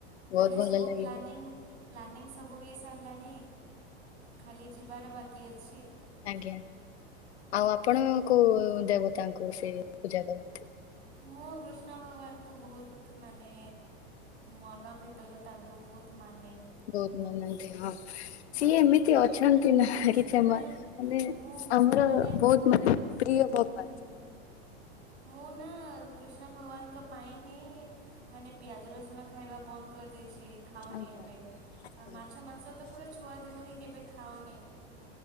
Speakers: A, on the left (about 75°); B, on the right (about 85°).
A: ବହୁତ
B: ମାନେ
A: ଭଲ
B: ସବୁ
A: ଲାଗିବ
B: ପ୍ଲାନିଂ ପ୍ଲାନିଂ ସବୁ ହେଇ ସାରିଲାଣି ଖାଲି ଯିବାର ବାକି ଅଛି।
A: ଆଜ୍ଞା ଆଉ ଆପଣ କୋଉ ଦେବତାଙ୍କୁ ସେ ପୂଜା କରନ୍ତି।
B: ମୁଁ କୃଷ୍ଣ ଭଗବାନଙ୍କୁ ବହୁତ ମାନେ ମନ ଭିତରୁ ତାଙ୍କୁ ବହୁତ ମାନେ
A: ବହୁତ ମାନନ୍ତି
B: ହଁ
A: ସିଏ ଏମିତି ଅଛନ୍ତି ନା
B: ସେଥିପାଇଁ
A: କିଛି ମାନେ
B: ମୁଁ
A: ଆମର
B: ମାନେ
A: ବହୁତ ମାନେ ପ୍ରିୟ ଭଗବାନ
B: ହୁଁ
A: ସେମାନେ
B: ମୁଁ ନା କୃଷ୍ଣ ଭଗବାନଙ୍କ ପାଇଁ ହିଁ ମାନେ ପିଆଜ ରସୁଣ ଖାଇବା ବନ୍ଦ କରିଦେଇଛି। ଛି ଖାଉନି
A: ଆଜ୍ଞା
B: ଏବେ
A: ଆଜ୍ଞା
B: ମାଛ ମାଂସ ତ ଛୁଆଦିନୁହିଁ କେବେ ଖାଉନି